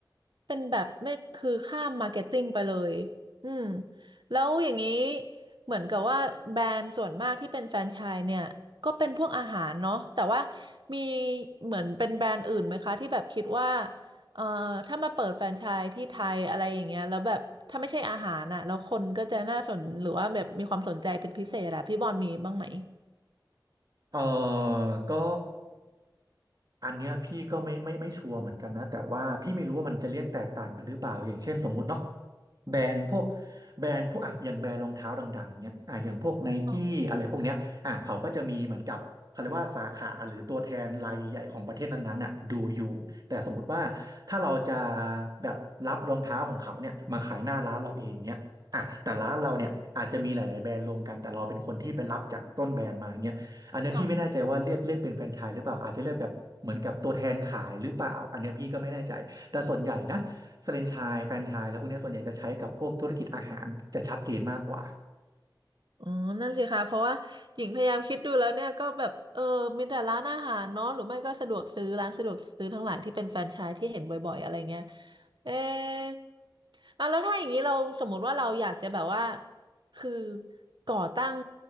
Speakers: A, on the right; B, on the right.
A: เป็นแบบไม่คือข้ามมาร์เก็ตติ้งไปเลยอืมแล้วอย่างนี้เหมือนกับว่าแบรนด์ส่วนมากที่เป็นแฟรนไชส์เนี่ยก็เป็นพวกอาหารเนาะแต่ว่ามีเหมือนเป็นแบรนด์อื่นไหมคะที่แบบคิดว่าเอ่อถ้ามาเปิดแฟรนไชส์ที่ไทยอะไรอย่างเงี้ยแล้วแบบถ้าไม่ใช่อาหารอ่ะแล้วคนก็จะน่าสนหรือว่าแบบมีความสนใจเป็นพิเศษอะพี่บอลมีบ้างไหม
B: เออก็อันเนี้ยพี่ก็ไม่ไม่ไม่ชัวร์เหมือนกันนะแต่ว่าพี่ไม่รู้ว่ามันจะเรียกแตกต่างไปหรือเปล่าอย่างเช่นสมมุติเนาะแบรนด์พวกแบรนด์พวกอ่ะอย่างแบรนด์รองเท้าดังๆเนี่ยอ่ะอย่างพวกไนกี้อะไรพวกเนี้ยอ่ะเขาก็จะมีเหมือนกับเขาเรียกว่าสาขาหรือตัวแทนรายใหญ่ๆของประเทศนั้นๆน่ะดูอยู่แต่สมมุติว่าถ้าเราจะ
A: อ๋อ
B: แบบรับรองเท้าของเขาเนี่ยมาขายหน้าร้านเราเองเนี่ยอ่ะแต่ร้านเราเนี่ยอาจจะมีหลายๆแบรนด์รวมกันแต่เราเป็นคนที่ไปรับจากต้นแบรนด์มาเนี่ย อันเนี้ยพี่ไม่แน่ใจว่าเรียกเรียกเป็นแฟรนไชส์หรือเปล่า
A: ค่ะ
B: อาจจะเรียกแบบเหมือนกับตัวแทนขายหรือเปล่า อันเนี้ยพี่ก็ไม่แน่ใจ แต่ส่วนใหญ่นะแฟรนไชส์แฟรนไชส์แล้วพวกเนี้ยส่วนใหญ่จะใช้กับพวกธุรกิจอาหารจะชัดเจนมากกว่า
A: อ๋อนั่นสิคะเพราะว่าหญิงพยายามคิดดูแล้วเนี่ยก็แบบเออมีแต่ร้านอาหารเนาะหรือไม่ก็สะดวกซื้อร้านสะดวกซื้อทั้งหลายที่เป็นแฟรนไชส์ที่เห็นบ่อยๆอะไรเงี้ยเอะอ่ะแล้วถ้าอย่างนี้เราสมมุติว่าเราอยากจะแบบว่าคือก่อตั้ง